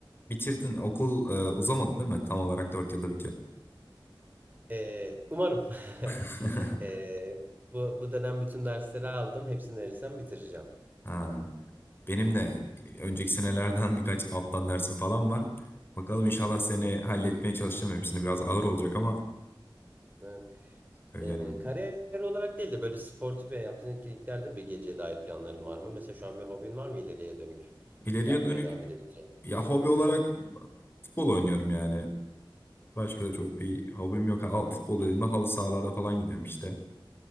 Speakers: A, on the left; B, on the right.
A: Bitirdin okul e, uzamadı değil mi? Tam olarak 4 yılda bitiyor.
B: Ee, umarım. <laughs>
A: <laughs>
B: Ee, bu, bu dönem bütün dersleri aldım. Hepsini verirsem bitireceğim.
A: Ha. Benim de e, önceki senelerden <laughs> birkaç alttan dersim falan var. Bakalım inşallah seni halletmeye çalışacağım. Hepsini biraz ağır olacak ama
B: Evet.
A: öyle
B: Ee,
A: yani.
B: kariyer olarak değil de böyle sportif veya yaptığın etkinliklerde bir geceye dair planların var mı? Mesela şu an bir hobin var mı ileriye dönük
A: İleriye
B: yapmaya
A: dönük
B: devam edebileceğin?
A: ya hobi olarak futbol oynuyorum yani. Başka da çok bir hobim yok. Al, futbol dediğimde halı sahalarda falan gidiyorum işte.